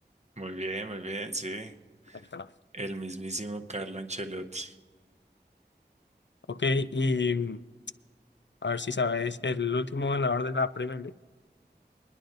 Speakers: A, on the right (about 40°); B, on the left (about 85°).
A: Muy bien, muy bien, sí.
B: Ahí está.
A: El mismísimo Carlo Ancelotti.
B: Ok, y mm, a ver si sabes, el último ganador de la Premier League.